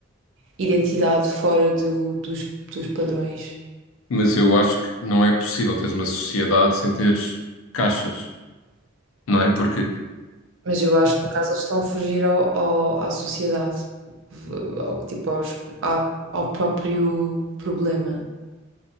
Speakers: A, on the right; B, on the left.
A: identidade fora do- dos, dos padrões.
B: Mas eu acho que não é possível teres uma sociedade sem teres caixas, não é? Porque,
A: Mas eu acho que no caso eles estão a fugir ao, ao- à sociedade, v- ao, tipo aos- à- ao próprio problema.